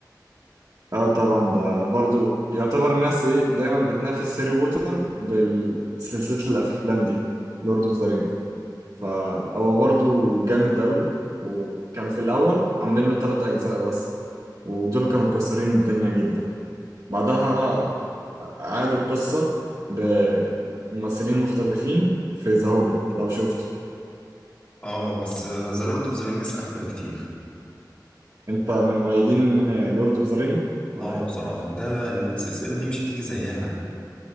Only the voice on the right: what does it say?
اه طبعا ده برضو يعتبر الناس ايه دايما بتنافس هاري بوتر بسلسلة الافلام دي لورد اوف ذا فهو برضو جامد أوي وكان في الأول عاملين له تلات أجزاء بس ودول كانوا مكسرين الدنيا جدا بعدها عادوا القصة بممثلين مختلفين في ذا هوبيت لو شفته
أنت من مؤيدين لورد أوف ذا رينج ولا
إيه؟